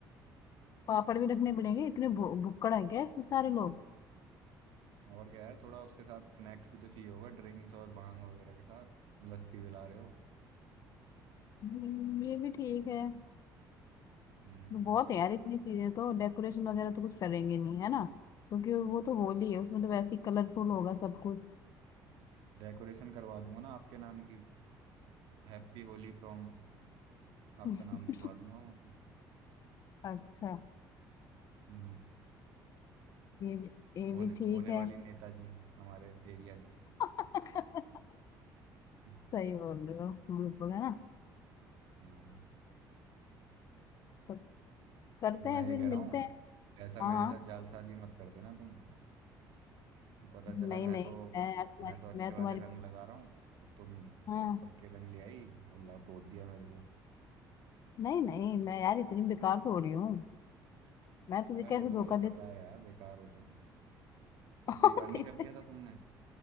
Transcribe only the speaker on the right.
और क्या यार थोड़ा उसके साथ स्नैक्स भी तो चाहिए होगा ड्रिंक्स और भांग वगैरह के साथ लस्सी भी ला रहे हो
हम्म
डेकोरेशन करवा दूंगा ना आपके नाम की हैप्पी होली फ्रॉम आपका
नाम लिखवा दूंगा वहाँ पे
हम्म
होने
होने
वाली नेताजी हमारे एरिया की
<laughs>
हाँ,
मैं ये
कह रहा
हूँ
ऐसा
मेरे
साथ जालसाजी मत कर देना तुम कि पता चला
मैं
तो
मैं तो अच्छे
वाले
रंग लगा रहा हूँ और तुम
पक्के रंग ले आई और लपोत दिया मेरे को
अरे
वो तो
मुझे पता
है यार बेकार हो तुम पिछली
बार नहीं कर दिया
था तुमने